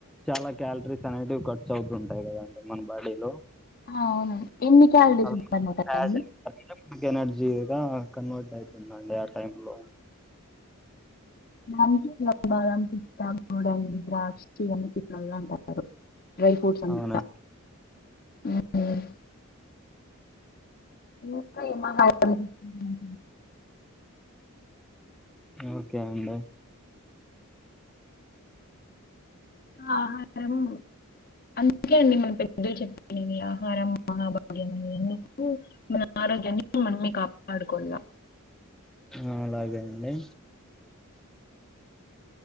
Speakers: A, in the centre; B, on the left (about 45°).
A: చాలా క్యాలరీస్ అనేవి ఖర్చు అవుతుంటాయి కదా ంటే మన బాడీలో
B: అవును ఎన్ని క్యాలరీస్
A: అల్
B: ఉంటారండి
A: ఆసిడ్ <inaudible> ఎనర్జీ గా కన్వర్ట్ అయితుందండి ఆ టై లో
B: దానికి ఇట్లా బాదం, పిస్తా <inaudible> ద్రాక్షి అని పిల్లలు అంటారు. డ్రై ఫ్రూట్స్ అన్ని
A: అవునా
B: ఇంకా ముఫ్పై నిమ్మ కాయలు తీసుకుందండి.
A: ఓకే అండి.
B: ఆహా చెపు అందుకే అండి మనం పెద్దలు చెప్పినవి ఆహారం మహాభాగ్యం అనేని. ఉ మన ఆరోగ్యాని మనమే కాపాడుకున్నా.
A: ఆ అలాగే అండి.